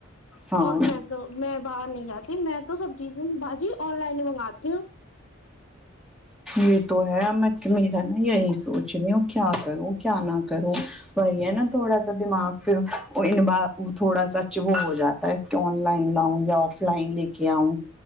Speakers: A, in the centre; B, on the left (about 75°).
A: ہاں
B: اور میں تو میں باہر نہیں جاتی میں تو سب چیزیں بھجی آن لائن ہی منگاتی ہوں
A: یہ تو ہے میں میرا نا یہی سوچ رہی ہو کیا کروں کیا نہ کروں وہی ہے نا تھوڑا سا دماغ پھر ان تھوڑا ساچ وہ ہو جاتا ہے کہ آن لائن لاؤ یا آف لائن لے کے آؤں